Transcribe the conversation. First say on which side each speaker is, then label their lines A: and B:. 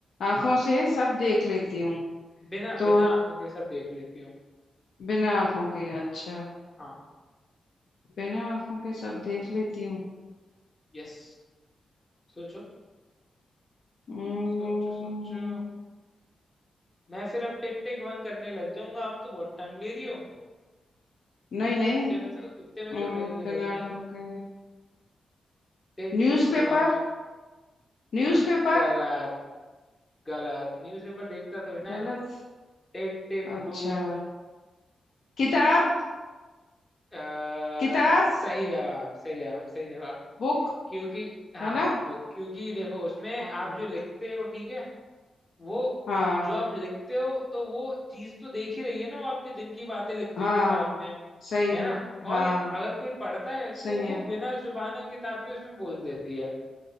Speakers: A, on the left; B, on the left.
A: आंखों से सब देख लेती हूँ
B: बिना
A: तो
B: बिना आंखों के सब देख लेती हूँ
A: बिना आंखों के अच्छा
B: हाँ
A: बिना आंखों के सब देख लेती हूँ
B: यस सोचो
A: हम्म,
B: सोचो सोचो मैं फिर अब टिक टिक वन करने लग जाऊंगा आप तो बहुत टाइम ले रही हो
A: नहीं नहीं
B: इतने में तो इतने में
A: हम्म,
B: तो रेल निकल
A: बिना
B: जाए
A: आंखों के
B: टिक
A: न्यूज़पेपर
B: टिक वन
A: न्यूज़पेपर
B: हाँ गलत गलत न्यूज़पेपर देखता थोड़ी ना
A: गलत
B: है टिक टिक
A: अच्छा
B: टू
A: किताब
B: अ,
A: किताब
B: सही जवाब सही जवाब सही जवाब
A: बुक
B: क्योंकि हाँ
A: है ना
B: वो क्योंकि देखो उसमें
A: हाँ
B: आप जो लिखते हो ठीक है वो
A: हाँ
B: जो आप लिखते हो तो वो चीज तो देख ही रही है ना वो आपने दिन की बातें लिखते
A: हाँ
B: हो किताब में
A: सही
B: है
A: है
B: ना और
A: हाँ
B: अगर कोई पढ़ता है
A: सही
B: तो वो
A: है
B: बिना जुबान किताब के उसमें बोल देती है